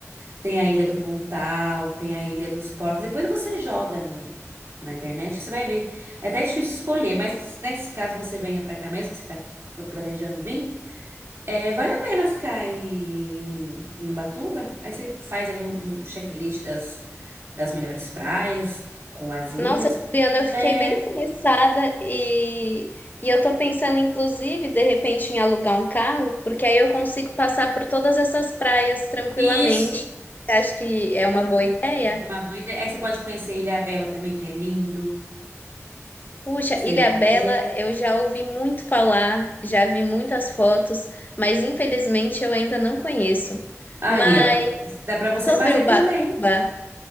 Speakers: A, on the right; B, on the left.
A: Tem a Ilha do Pontal, tem a Ilha dos Porcos. Depois você joga no, na internet, você vai ver. É até difícil escolher, mas nesse caso você venha pra cá mesmo, que você tá planejando vir. É, vale a pena ficar aí em, em Ubatuba? Aí você faz aí um, um checklist das, das melhores praias, com as ilhas.
B: Nossa, Juliana, eu fiquei
A: É,
B: bem interessada e, e eu tô pensando, inclusive, de repente, em alugar um carro, porque aí eu consigo passar por todas essas praias tranquilamente.
A: isso
B: Você acha que é uma boa ideia?
A: é uma boa ideia. Aí você pode conhecer Ilhabela também, que é lindo.
B: Puxa,
A: Você,
B: Ilhabela,
A: é,
B: eu já ouvi muito falar, já vi muitas fotos, mas infelizmente eu ainda não conheço.
A: ali,
B: Mas
A: ó. Dá pra você
B: sobre
A: fazer
B: Ubatuba,
A: também.